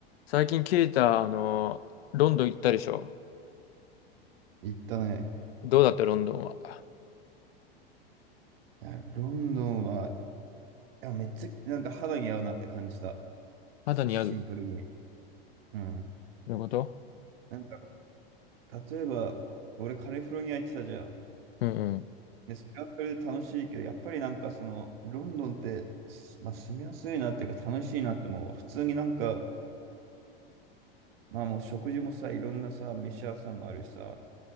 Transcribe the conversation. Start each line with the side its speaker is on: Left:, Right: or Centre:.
Left: 最近ケイタ、あの、ロンドン行ったでしょ
Right: 行ったね。
Left: どうだったロンドンは。
Right: いや、ロンドンは、いや、めっちゃ、なんか肌に合うなって感じた。
Left: 肌に合うの
Right: シンプルに。うん。
Left: こと
Right: なんか、例えば、俺カリフォルニア行ってたじゃん。
Left: うん
Right: で、それはそれで楽しいけど、やっぱりなんかその、ロンドンって、すまあ、住みやすいなっていうか楽しいなって思うわ。普通になんか、まあもう食事もさ、いろんなさ、飯屋さんもあるしさ、